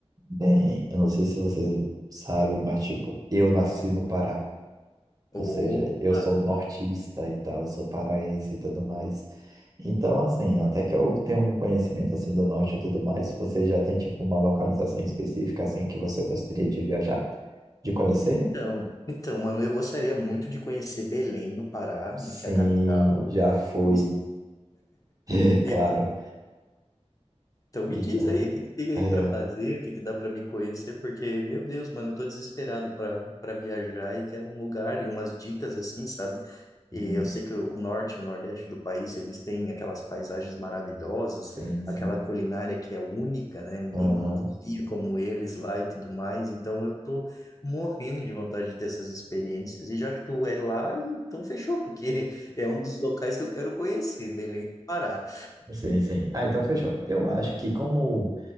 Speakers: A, on the right; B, on the left.
A: bem, eu não sei se você sabe, mas tipo, eu nasci no Pará.
B: Ou...
A: Ou seja, eu sou nortista e tal, eu sou paraense e tudo mais. Então, assim, até que eu tenho um conhecimento assim do norte e tudo mais, você já tem tipo uma localização específica assim que você gostaria de viajar, de conhecer?
B: Então, então, mano, eu gostaria muito de conhecer Belém, no Pará,
A: Sim,
B: né, que é a capital.
A: já fui,
B: Gos-
A: <laughs>
B: E
A: claro.
B: Então me
A: E,
B: diz
A: ó,
B: aí o que tem aí
A: aí
B: para
A: é.
B: fazer, o que que dá para me conhecer, porque, meu Deus, mano, eu tô desesperado para para viajar e quero um lugar e umas dicas assim, sabe? E
A: Uhum.
B: eu sei que o norte e o nordeste do país, eles têm aquelas paisagens maravilhosas,
A: Sim, sim.
B: aquela culinária que é única, né? Ninguém
A: Aham.
B: cozinha como eles lá e tudo mais. Então eu tô morrendo de vontade de ter essas experiências. E já que tu é lá, então fechou, porque <laughs> é um dos locais que eu quero conhecer, Belém do Pará.
A: Sim, sim. Ah, então fechou. Eu acho que como